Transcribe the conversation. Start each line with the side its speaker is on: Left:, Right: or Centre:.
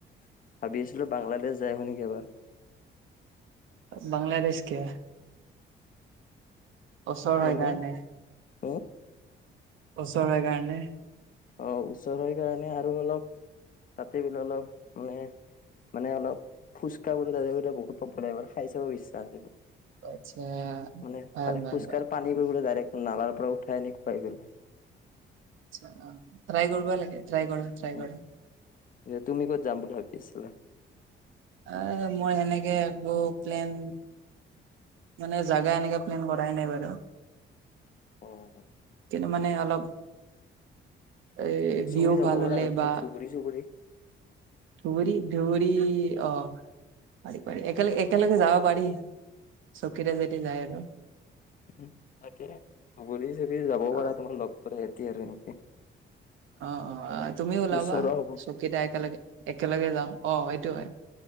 Left: ভাবি আছিলো বাংলাদেশ যায় আহো নেকি এবাৰ।
Right: বাংলাদেশ কিয়? ওচৰ হয়
Left: এনেই
Right: কাৰণে
Left: ত।
Right: ওচৰ হয় কাৰণে।
Left: অ ওচৰ হয় কাৰণে আৰু অলপ তাতে কিবা অলপ মানে মানে অলপ ফুচকা বোৰ তাতে বোলে বহুত পপুলাৰ এবাৰ খায় চাব ইচ্ছা আছে।
Right: আটছা
Left: মানে
Right: ভাল
Left: তাৰে
Right: ভাল
Left: ফুচকাৰ
Right: ভাল।
Left: পানীবোৰ বোলে ডাইৰেক্ট নালাৰ পৰা উঠাই আনি খুৱাই বোলে।
Right: ট্ৰাই কৰবা লাগে, ট্ৰাই কৰা ট্ৰাই
Left: উম,
Right: কৰা।
Left: তুমি ক'ত যাম বুলি ভাবি আছিলা?
Right: এ মই এনেকে একো প্লেন মানে জাগা এনেকে প্লেন কৰাই নাই বাৰু।
Left: অঁ।
Right: কিন্তু মানে অলপ এই
Left: ধুবুৰী
Right: ভিউ
Left: চুবুৰী যাব
Right: ভাল
Left: পাৰা
Right: হলে
Left: আৰু
Right: বা
Left: ধুবুৰী?
Right: ধুবুৰী ধুবুৰী অহ, পাৰি পাৰি একেল একেলগে যাব পাৰি। চকীৰে যদি যায় আৰু
Left: তাকে ধুবুৰী চৰি যাব
Right: অ
Left: পাৰা তোমাৰ লগ পৰি এতি আৰু এনেকে।
Right: অঁ অ' তুমি ওলাবা
Left: ওচৰ হ'ব
Right: চকীদা একেলগে একেলগে যাওঁ অঁ সেইটো হয়।